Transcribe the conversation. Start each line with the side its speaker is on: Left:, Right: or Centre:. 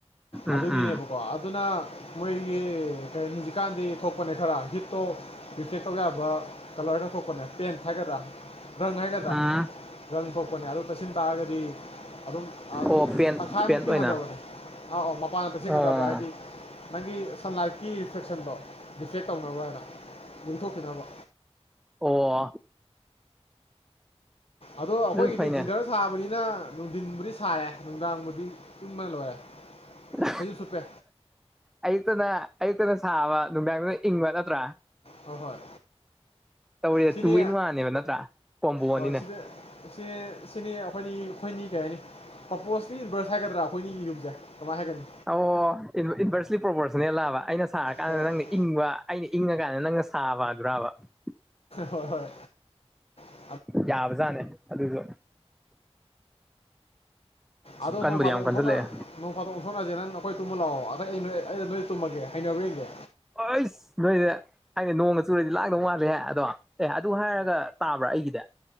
Left: ꯑꯗꯨꯒꯤꯅꯦꯕ
Centre: ꯎꯝ ꯎꯝ
Left: ꯀꯣ ꯑꯗꯨꯅ ꯃꯣꯏꯒꯤ ꯀ ꯍꯧꯖꯤꯛꯀꯥꯟꯗꯤ ꯊꯣꯛꯄꯅꯦ ꯈꯔ ꯍꯤꯠꯇꯣ ꯇꯦꯛ ꯇꯧ ꯌꯥꯕ ꯀꯂꯔ ꯍꯥꯏꯅ ꯈꯣꯄꯅꯦ ꯄꯦꯟꯠ ꯍꯥꯏꯒꯗ꯭ꯔꯥ ꯔꯪ ꯍꯥꯏꯒꯗ꯭ꯔꯥ
Centre: <unintelligible>
Left: ꯊꯣꯛꯄꯅꯦ ꯑꯗꯨ ꯇꯁꯤꯟ ꯇꯥꯔꯒꯗꯤ ꯑꯗꯨꯝ ꯑꯗꯨꯝ
Centre: ꯑꯣ ꯄꯦꯟ
Left: ꯇꯪꯈꯥꯏꯃꯨꯛꯇꯤ
Centre: ꯄꯦꯟ ꯑꯣꯏꯅ
Left: ꯍꯟꯊꯕꯅꯦ ꯑ ꯑꯧ ꯃꯄꯥꯟꯗ ꯇꯥꯁꯤꯟꯒꯗꯕ
Centre: ꯑꯣ
Left: ꯍꯥꯏꯗꯤ <unintelligible> ꯅꯪꯒꯤ ꯁꯟꯂꯥꯏꯠꯀꯤ ꯔꯤꯐ꯭ꯂꯦꯛꯁꯟꯗꯣ ꯗꯤꯐꯦꯛ ꯇꯧꯅꯕ ꯍꯥꯏꯅ ꯂꯤꯡꯊꯣꯛꯄꯤꯅꯕ
Centre: ꯑꯣ...
Left: ꯑꯗꯣ ꯑꯩꯈꯣꯏꯒꯤꯗꯤ
Centre: ꯑꯗꯨꯁꯨ ꯐꯩꯅꯦ
Left: ꯖꯤꯡꯒꯥꯅ ꯁꯥꯕꯅꯤꯅ ꯅꯨꯡꯊꯤꯟꯕꯨꯗꯤ ꯁꯥꯥꯏꯔꯦ ꯅꯨꯡꯗꯥꯡꯕꯨꯗꯤ ꯇꯤꯡꯕꯅ ꯂꯣꯏꯔꯦ
Centre: <unintelligible>
Left: ꯐꯩꯖꯨꯞ ꯁꯨꯞꯄꯦ
Centre: ꯑꯌꯨꯛꯇꯅ ꯑꯌꯨꯛꯇꯅ ꯁꯥꯕ ꯅꯨꯡꯗꯥꯡꯗꯨꯅ ꯏꯪꯕ ꯅꯠꯇ꯭ꯔꯥ
Left: ꯍꯣꯏ ꯍꯣꯏ
Centre: ꯇꯧꯔꯤ
Left: ꯁꯤꯅꯤ
Centre: ꯇꯨꯋꯟ ꯋꯥꯅꯦꯕ ꯅꯠꯇ꯭ꯔꯥ ꯀꯣꯝꯕꯣ
Left: ꯍꯣꯏ
Centre: ꯅꯤꯅ
Left: ꯁꯤꯗ ꯁꯤ ꯁꯤꯅꯤ ꯑꯩꯈꯣꯏꯅꯤ ꯑꯩꯈꯣꯏꯅꯤ ꯀꯩ ꯍꯥꯏꯅꯤ ꯄꯔꯄꯣꯁꯇꯤ ꯏꯟꯚꯔꯁ ꯍꯥꯏꯒꯗ꯭ꯔꯥ ꯑꯩꯈꯣꯏꯅꯤꯒꯤ ꯌꯨꯝꯁꯦ ꯀꯃꯥꯏꯅ ꯍꯥꯏꯒꯅꯤ
Centre: ꯑꯣ ꯏꯟꯚꯔꯁꯂꯤ ꯄ꯭ꯔꯣꯐꯣꯔꯁꯅꯦꯜꯂꯕ ꯑꯩꯅ ꯁꯥꯔꯀꯥꯟꯗ
Left: ꯍꯣꯏ
Centre: ꯅꯪꯅ ꯏꯪꯕ ꯑꯩꯅ ꯏꯪꯉꯀꯥꯟꯗ ꯅꯪꯅ ꯁꯥꯕꯒ꯭ꯔꯥꯕ <unintelligible>
Left: ꯍꯣꯏ ꯍꯣꯏ <unintelligible>
Centre: ꯌꯥꯕꯖꯅꯦ ꯑꯗꯨꯁꯨ
Left: ꯑꯗꯣ
Centre: ꯀꯟꯕꯨꯗꯤ
Left: ꯅꯣꯡ ꯐꯥꯗꯣꯛ
Centre: ꯌꯥꯝ
Left: ꯑꯣꯟꯊꯣꯛꯅ
Centre: ꯀꯟꯁꯤꯜꯂꯛꯑꯦ
Left: ꯅꯣꯡ ꯐꯥꯠꯇꯣꯛ ꯑꯣꯟꯊꯣꯛꯅꯑꯁꯦ ꯅꯪ ꯅꯈꯣꯏ ꯇꯨꯝꯕ ꯂꯥꯛꯑꯣ ꯑꯗ ꯑꯩ ꯅꯣꯏ ꯑꯩꯩꯅ ꯅꯣꯏ ꯇꯨꯝꯃꯒꯦ ꯍꯩꯅꯕ꯭ꯔꯥ ꯌꯦꯡꯒꯦ
Centre: ꯍꯣꯏꯁ ꯅꯣꯏꯁꯦ ꯍꯥꯏꯗꯤ ꯅꯣꯡꯃ ꯆꯨꯔꯗꯤ ꯂꯥꯛꯗꯧ ꯃꯥꯠꯂꯦ ꯍꯥꯏ ꯑꯗꯣ ꯑꯦ ꯑꯗꯨ ꯍꯥꯏꯔꯒ ꯇꯥꯕ꯭ꯔꯥ ꯑꯩꯒꯤꯗꯤ